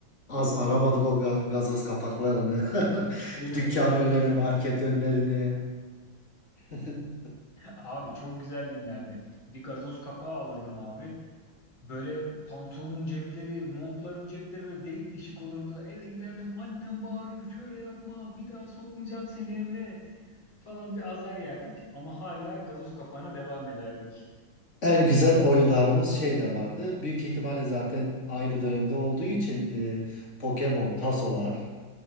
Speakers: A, on the left (about 35°); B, on the left (about 75°).
A: az aramadık o ga- gazoz kapaklarını. <laughs>
B: Değil mi?
A: Dükkan önlerini, market önlerini. <laughs>
B: Abi çok güzel günlerdi. Bir gazoz kapağı alırdım abi. Böyle pantolonun cepleri, montların cepleri böyle delik deşik olurdu. Eve giderdim annem bağırır şöyle yapma bir daha sokmayacağım seni eve falan bir azar yerdik. Ama hala gazoz kapağına devam ederdik.
A: En güzel oyunlarımız şey de vardı. Büyük ihtimalle zaten aynı dönemde olduğu için e, Pokemon, tasolar.